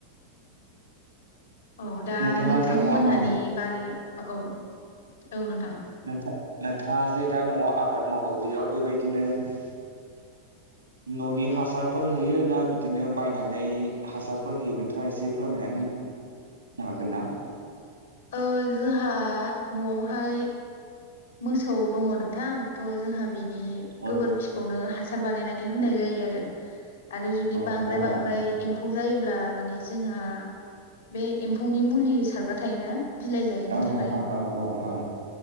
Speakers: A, on the left; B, on the right.
A: औ दा
B: नोंथाङा
A: नोंथांमोनहानि
B: जे न'आव माव
A: बारि औ औ नोंथां
B: नोंथां नोंथाङा जे दा न'वाव आबाद मावो बेयाव बेबायदिनो <inaudible> न'नि हासारफोर होयो ना बिदिनो बायनानै हासारफोर होयो नोंथाङा एसे फोरमायनानै होनो हागोन ना?
A: ओ जोंहा न'वावहाय मोसौ दङ नोंथां थ' जोंहा बिनि
B: अ
A: गोबोरखिखौनो हा सार बानायनानै होनाय जायो आरो आरो जुदि बांद्राय
B: नोंथां
A: बांद्राय
B: औ
A: एम फौ जायोब्ला माने जोंहा बे एम्फौनि मुलि सारग्रा थायोना बिलाइ जायैनि
B: औ
A: थाखाय
B: नोंथां औ औ औ